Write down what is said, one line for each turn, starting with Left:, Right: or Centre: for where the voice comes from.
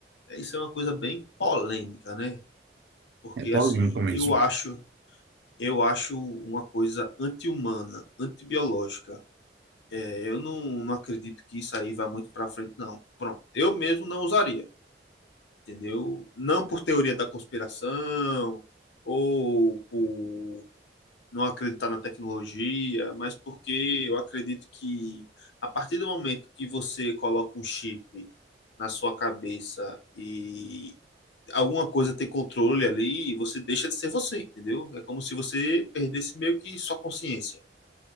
Left: é isso é uma coisa bem polêmica, né? Porque
Right: É polêmico
Left: assim,
Right: mesmo.
Left: eu acho eu acho uma coisa anti-humana, antibiológica. É, eu não, não acredito que isso aí vá muito para frente, não. Pronto, eu mesmo não usaria, entendeu? Não por teoria da conspiração ou por não acreditar na tecnologia, mas porque eu acredito que a partir do momento que você coloca um chip na sua cabeça e alguma coisa ter controle ali, você deixa de ser você, entendeu? É como se você perdesse meio que sua consciência.